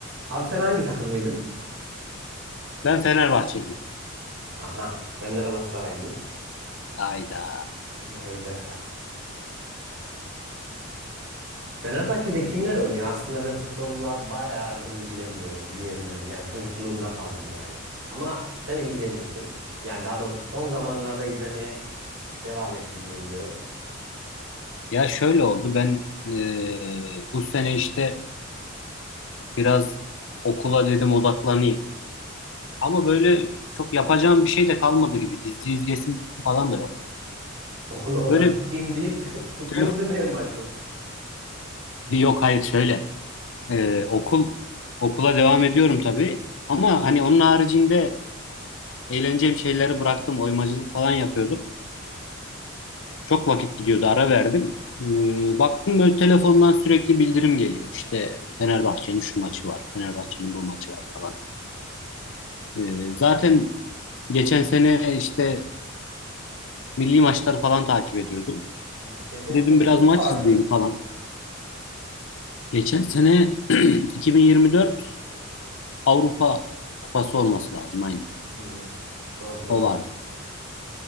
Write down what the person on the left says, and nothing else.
Ben Fenerbahçeliyim.
Ayda.
Ya şöyle oldu. Ben e, bu sene işte biraz okula dedim odaklanayım. Ama böyle çok yapacağım bir şey de kalmadı gibi. Dizi izlesim falan da yok.
Böyle
telef-
yok hayır şöyle. E, okul okula devam ediyorum tabii. Ama hani onun haricinde eğleneceğim şeyleri bıraktım. Oymacılık falan yapıyordum. Çok vakit gidiyordu, ara verdim. Ee, baktım böyle telefondan sürekli bildirim geliyor. İşte Fenerbahçe'nin şu maçı var, Fenerbahçe'nin bu maçı var falan. Ee, zaten geçen sene işte milli maçları falan takip ediyordum.
Dedim
biraz maç
izleyeyim falan. Geçen sene <clears throat> 2024 Avrupa Kupası olması lazım aynı.
O vardı.